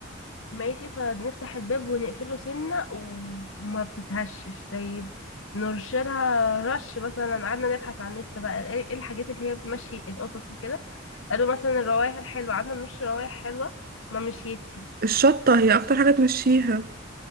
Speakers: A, on the left; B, on the right.
A: ماشي فنفتح الباب ونقفله سنة و- وما بتتهشش طيب نرشلها رش مثلا قعدنا نبحث على النت بقى ايه إيه الحاجات اللي هي بتمشي القطط وكده قالوا مثلا الروايح الحلوة قعدنا نرش روايح حلوة ما مشيتش
B: الشطه هي اكتر حاجه تمشيها